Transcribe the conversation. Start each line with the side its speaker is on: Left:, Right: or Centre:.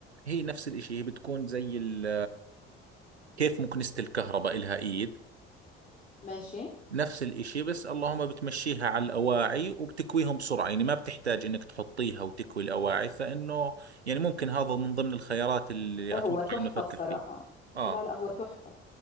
Right: هي نفس الاشي هي بتكون زي ال... كيف مكنسة الكهرباء إلها ايد
Left: ماشي
Right: نفس الإشي بس اللهم بتمشيها على الأواعي وبتكويهم بسرعة يعني ما بتحتاج إنك تحطيها وتكوي الأواعي فإنه يعني ممكن هذا من ضمن الخيارات اللي
Left: هو
Right: أتوقع
Left: تحفة
Right: إنه أفكر
Left: الصراحة
Right: فيه آه
Left: لا لا هو تحفة